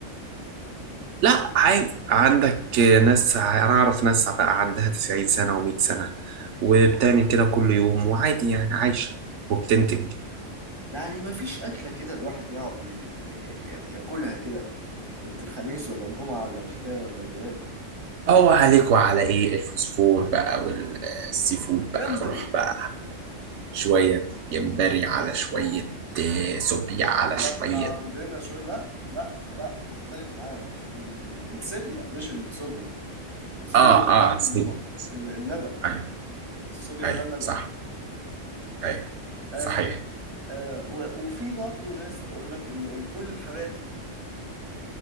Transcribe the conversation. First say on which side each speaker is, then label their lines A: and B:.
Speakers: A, on the right; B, on the right.
A: لا عادي عندك ناس انا اعرف ناس بقى عندها 90 سنة و100 سنة وبتعمل كده كل يوم وعادي يعني عايشة وبتنتج
B: يعني ما فيش أكلة كده الواحد يقعد ي- ي- ياكلها كده ليلة الخميس ولا الجمعة ولا الحكاية ولا الرواية
A: هو عليك وعلى ايه الفوسفور بقى والسي فود
B: الجمبري
A: بقى روح بقى شوية جمبري على شوية آه، سوبيا على
B: ده
A: شوية
B: احنا عندنا شوية لا لا لا اختلف معاك ال ال السيبيا مش الصوبيا الصوبيا
A: اه اه
B: دي الم-
A: سيب
B: ال- اللبن
A: ايوه
B: الصوبيا
A: ايوه
B: ده لبن
A: صح ايوه
B: آه
A: صحيح
B: آه و- وفي برضه ناس تقول لك ال- الفول الحراتي